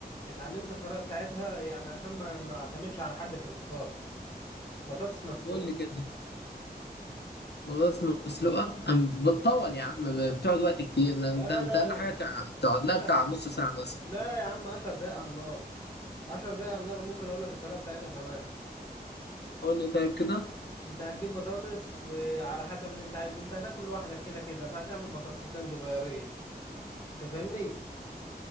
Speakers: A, on the left; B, on the left.
A: اتعلمت الطريقه بتاعتها يعني عشان ما ما اعتمدش على حد في الفطار بطاطس مسلوقه
B: طب قول لي كده بطاطس مسلوقه أم- بتطول يا عم بتقعد وقت كتير لان
A: لا
B: انت
A: لا
B: انت اقل
A: لا
B: حاجه
A: لا.
B: تع- تقعد لها
A: عشر
B: بتاع نص ساعه مثلا
A: لا يا عم عشر دقايق على النار عشر دقايق على النار ممكن اقول لك الطريقه بتاعتها كمان
B: قول لي طيب كده
A: انت هتجيب بطاطس وعلى حسب اللي انت عايزه انت هتاكل لوحدك كده كده فهتعمل بطاطستين صغيرين انت فاهمني